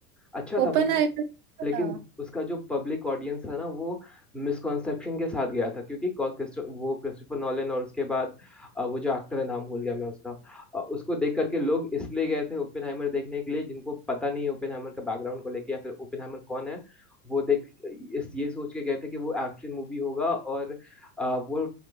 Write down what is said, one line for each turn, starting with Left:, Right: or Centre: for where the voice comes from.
Centre: अच्छा
Right: ओपेनहाइमर
Centre: था बल्कि
Right: अच्छा
Centre: लेकिन
Right: था
Centre: उसका जो पब्लिक ऑडियंस था ना वो मिसकॉन्सेप्शन के साथ गया था क्योंकि कॉ- क्रिस्टो, वो क्रिस्टोफर नॉलन और उसके बाद अ, वो जो एक्टर है नाम भूल गया मैं उसका अ, उसको देख करके लोग इसलिए गए थे ओपेनहाइमर देखने के लिए जिनको पता नहीं है ओपेनहाइमर का बैकग्राउंड को लेके या फिर ओपेनहाइमर कौन है वो देख इस ये सोच के गए थे कि वो एक्शन मूवी होगा और अ, वो